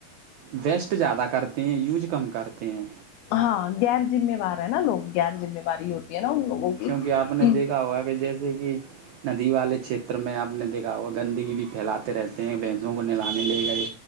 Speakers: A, on the right; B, on the left.
A: ویسٹ زیادہ کرتے تے ہیں یوج کم کرتے ہیں
B: ہاں غیر ذمےوار ہے نا لوگ غیر ذمےواری ہوتی ہے نا ان لوگوں کی
A: کیونکہ آپ نے
B: کہ
A: دیکھا ہوا کہ جیسے کہ ندی والے چھیتر میں آپ نے دیکھا ہو گندگی بھی پھیلاتے رہتے ہیں بھینسوں کو نہلانے لے گئے